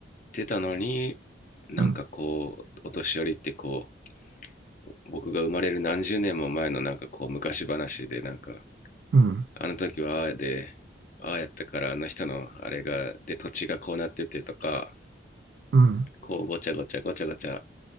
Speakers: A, on the left; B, on the right.
A: てたのになんかこうお年寄りってこ
B: うん、
A: う僕が生まれる何十年も前のなんかこう昔話でなんか
B: うん、
A: あの時はああでああやったからあの人のあれがで土地がこうなっててとか
B: うん、
A: こうごちゃごちゃごちゃごちゃ